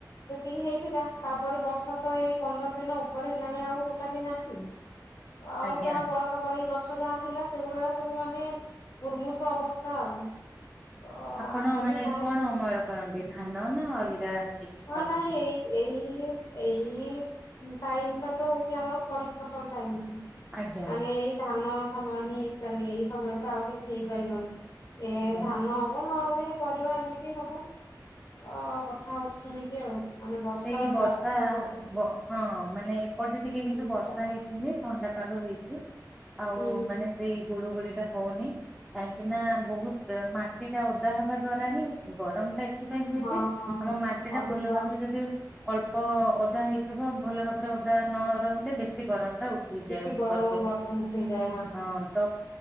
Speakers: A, on the left (about 55°); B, in the centre.
A: ସେତିକି ହେଇଥିଲା, ତାପରେ ବର୍ଷା ତ ଏଇ ପନ୍ଦର ଦିନ ଉପରେ ହେଲାଣି ଆଉ ଟୋଟାଲି ନାହିଁ। ଆଉ
B: ଆଜ୍ଞା।
A: ଯାହା ବଳକା ବଳେଇ ଗଛ ଯାହା ଥିଲା ସେଗୁଡା ସବୁ ମାନେ ମୁୁର୍ମୁଷ ଅବସ୍ଥା ଆଉ ତ
B: ଆପଣ
A: ଆଶା
B: ମାନେ
A: ବି ନାହିଁ
B: କଣ ଅମଳ କରନ୍ତି ଧାନ ନା ଅଲଗା--? କିଛି
A: ହଁ
B: କରନ୍ତି?
A: ନାଇଁ, ଏଇ ଏଇ ଏଇ ଏଇ ଟାଇମ ଟା ତ ହଉଛି ଆମର ଖରିଫ ଫସଲ ଟାଇମ ଟ
B: ଆଜ୍ଞା
A: ମାନେ ଏଇ ଧାନ ସମୟ ହିଁ ଚାଲେ, ଏଇ ସମୟରେ ତ ଆଉ କିଛି ହେଇପାରିବନି। ଏ
B: ଆଜ୍ଞା
A: ଧାନ ହବ ନହେଲେ ପରିବା ଏମିତି ହବ ଅ, କଥା ହଉଛି ସେମିତି ଆଉ। ମାନେ ବର୍ଷାର
B: ସେଇ ବର୍ଷା,
A: ପ୍ରାଦୁର୍ଭାବ
B: ହଁ ମାନେ ଏପଟେ ଟିକେ
A: ଏମିତି
B: କିନ୍ତୁ ବର୍ଷା
A: ଆଉ
B: ହେଇଛି ଯେ ଥଣ୍ଡା ପାଗ ହେଇଛି, ଆଉ
A: ହୁଁ ହୁଁ।
B: ମାନେ ସେଇ ଗୁଳୁ ଗୁଳି ଟା ହଉନି, କାହିଁକି ନା? ବହୁତ ମାଟି ଟା ଓଦା ହବା ଦ୍ଵାରା ହିଁ ଗରମ ଟା ଏଥିପାଇଁ ହୁଏଯେ-
A: ହଁ ହଁ
B: ଆମ ମାଟି ଟା
A: ଅଧିକ
B: ଭଲ ଭାବରେ ଯଦି ଅଳ୍ପ ଓଦା ହେଇଥିବ, ଭଲ ଭାବରେ ଉଦା ନ ରହିଲେ ବେଶୀ ଗରମ ଉଠି ଯାଏ
A: ବେଶୀ
B: ଉପରକୁ,
A: ଗରମ ଗରମ ଉଠେଇଯାଏ
B: ହଁ ତ